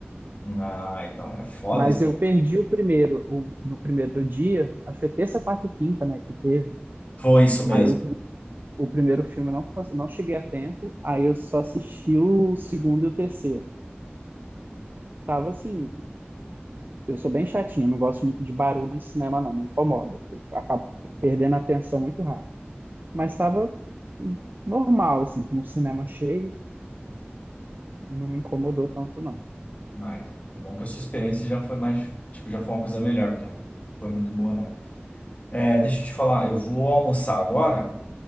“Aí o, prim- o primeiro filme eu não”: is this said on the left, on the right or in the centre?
Right